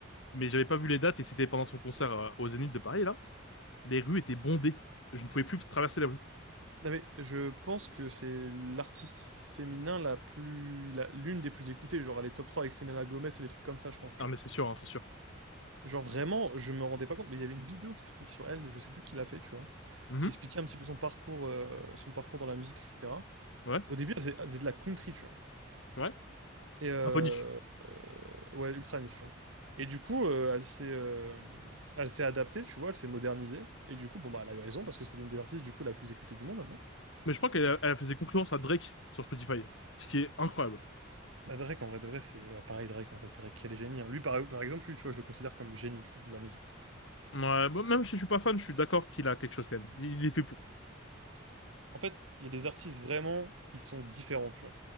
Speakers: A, on the left (about 70°); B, on the right (about 90°).
A: mais j'avais pas vu les dates et c'était pendant son concert euh, au Zénith de Paris là. Les rues étaient bondées. Je ne pouvais plus traverser les rues.
B: Non, mais je pense que c'est l'artiste féminin la plus. la- l'une des plus écoutées. Genre, elle est top 3 avec Selena Gomez et les trucs comme ça, je pense, tu
A: Ah,
B: vois.
A: mais c'est sûr, hein, c'est sûr.
B: Genre vraiment, je me rendais pas compte, mais il y avait une vidéo qui est sortie sur elle, je sais plus qui l'a fait, tu vois,
A: Mhm.
B: qui expliquait un petit peu son parcours, euh, son parcours dans la musique, etc.
A: Ouais,
B: Au début, elle faisait, elle faisait de la country, tu vois.
A: ouais.
B: Et euh,
A: Un peu niche.
B: euh, ouais, ultra niche, tu vois. Et du coup, euh, elle s'est euh, elle s'est adaptée, tu vois, elle s'est modernisée. Et du coup, bon, bah, elle a eu raison parce que c'est l'une des artistes, du coup, la plus écoutée du monde maintenant.
A: Mais je crois qu'elle a- elle faisait concurrence à Drake sur Spotify, ce qui est incroyable.
B: Bah, Drake, en vrai, de vrai, c'est ouais, pareil, Drake, en fait. Drake, quel génie. hein. Lui, par, par exemple, lui, tu vois, je le considère comme génie, tu vois, de la musique.
A: Ouais, bon, même si je suis pas fan, je suis d'accord qu'il a quelque chose quand même. Il est fait pour.
B: En fait, il y a des artistes vraiment, ils sont différents, tu vois.